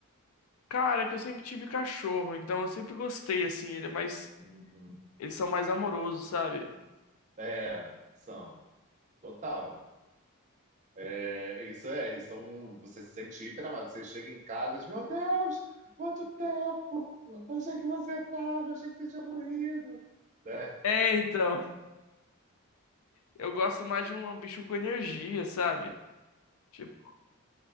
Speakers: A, on the left (about 85°); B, on the right (about 35°).
A: Cara, é que eu sempre tive cachorro, então eu sempre gostei, assim, ele é mais.
B: Uhum.
A: Eles são mais amorosos, sabe?
B: É, são, total. É, é isso é, eles são, você se sente hiper amado. Você chega em casa e diz, meu Deus, quanto tempo! Eu achei que você estava eu achei que você tinha morrido. <laughs> Né?
A: É, então. <laughs> Eu gosto mais de um um bicho com energia, sabe? Tipo,